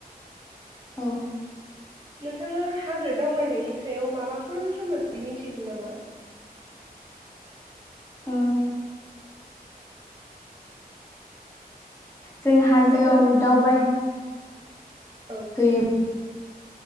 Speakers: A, on the left; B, on the right.
A: औ
B: नोंथाङा हाजो दावबायनायनि सायाव माबाफोर सोमोन्दै मिथिगौ नामा?
A: ओ जों हाजोआव
B: जोङो
A: दावबाय
B: औ
A: होयो